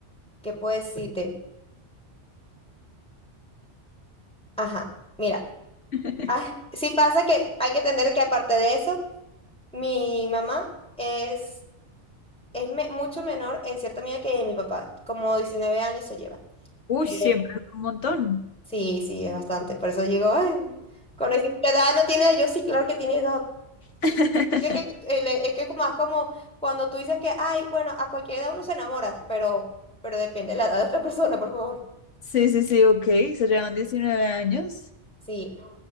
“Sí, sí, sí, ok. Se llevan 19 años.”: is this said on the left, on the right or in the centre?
Left